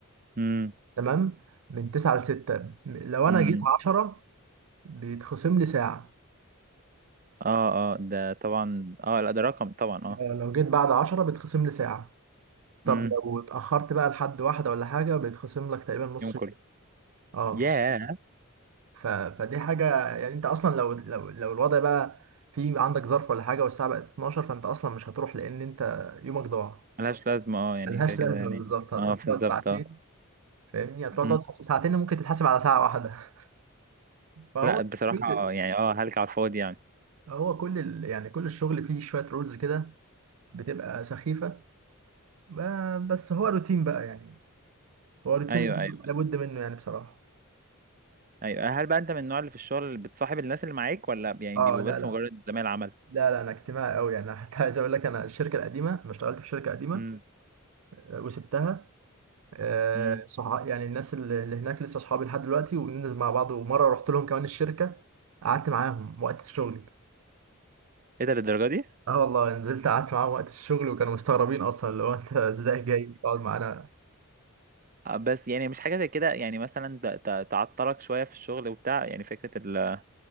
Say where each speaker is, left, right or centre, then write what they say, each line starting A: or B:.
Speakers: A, on the right; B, on the right.
A: امم
B: تمام من 9 ل 6 لو انا
A: امم
B: جيت 10 بيتخصم لي ساعه
A: اه اه ده طبعا اه لا ده رقم طبعا اه
B: آه، لو جيت بعد 10 بيتخصم لي ساعه طب
A: امم
B: لو اتأخرت بقى لحد واحدة ولا حاجة بيتخصم لك تقريبا نص
A: يوم كله
B: يوم اه
A: ياه
B: نص يوم ف... فدي حاجة يعني انت اصلا لو لو لو الوضع بقى في عندك ظرف ولا حاجة والساعة بقت 12 فانت اصلا مش هتروح لان انت يومك ضاع
A: ملهاش لازمه اه يعني
B: ملهاش
A: كده كده
B: <laughs> لازمة
A: يعني
B: بالظبط هتروح
A: اه
B: تقعد
A: بالظبط
B: ساعتين
A: اه
B: فاهمني هتروح
A: مم.
B: تقعد حس- ساعتين ممكن تتحاسب على ساعة واحدة <laughs> فهو
A: لا بصراحه
B: كل
A: آه، يعني اه هلك على الفاضي يعني
B: هو كل ال... يعني كل الشغل فيه شوية رولز كده بتبقى سخيفة ب- بس هو روتين بقى يعني هو روتين
A: ايوه
B: لابد
A: ايوه
B: لابد منه يعني بصراحة
A: ايوه هل بقى انت من النوع اللي في الشغل اللي بتصاحب الناس اللي معاك ولا يعني
B: اه
A: بيبقوا
B: لا
A: بس
B: لا
A: مجرد زمايل عمل
B: لا لا انا اجتماعي قوي يعني حتى <laughs> عايز اقول لك انا الشركه القديمه انا اشتغلت في شركه قديمه
A: امم
B: آه، وسبتها آه،
A: امم
B: صح يعني الناس اللي اللي هناك لسه اصحابي لحد دلوقتي وبننزل مع بعض ومره رحت لهم كمان الشركه قعدت معاهم وقت الشغل
A: ايه ده للدرجه دي
B: اه والله نزلت قعدت معاهم وقت الشغل وكانوا مستغربين اصلا اللي هو انت <laughs> ازاي جاي تقعد معانا
A: آه، بس يعني مش حاجة زي كده يعني مثلا ت- ت- تعطلك شوية في الشغل وبتاع يعني فكرة ال